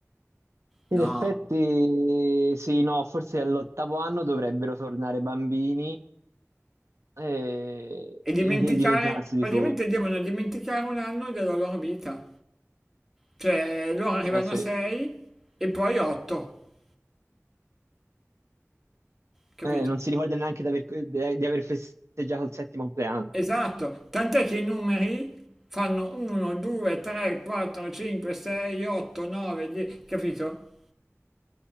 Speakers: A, in the centre; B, on the right.
A: No.
B: In effetti, sì, no, forse all'ottavo anno dovrebbero tornare bambini e,
A: e dimenticare,
B: e dimenticarsi
A: praticamente
B: di tutto.
A: devono dimenticare un anno della loro vita. Cioè, loro arrivano
B: Eh, sì.
A: a 6 e poi 8, capito?
B: Eh, non si ricorda neanche di aver, di- di aver festeggiato il settimo compleanno.
A: Esatto, tant'è che i numeri fanno 1, 2, 3, 4, 5, 6, 8, 9, 10, capito?